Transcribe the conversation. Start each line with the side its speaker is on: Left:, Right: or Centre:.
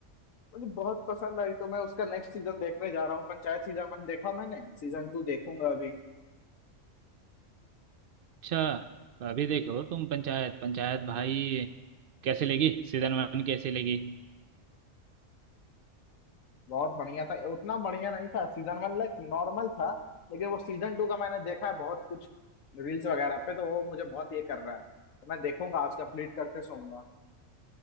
Left: मुझे बहुत पसंद आई तो मैं उसका नेक्स्ट सीजन देखने जा रहा हूँ पंचायत सीजन वन देखा मैंने सीजन टू देखूंगा अभी
Right: अच्छा अभी देखो तुम पंचायत पंचायत भाई कैसी लगी सीजन वन कैसी लगी
Left: बहुत बढ़िया था उतना बढ़िया नहीं था सीजन वन लाइक नॉर्मल था लेकिन वो सीजन टू का मैंने देखा है बहुत कुछ रील्स वगैरह पे तो वो मुझे बहुत ये कर रहा है तो मैं देखूंगा आज कंप्लीट करके सोऊंगा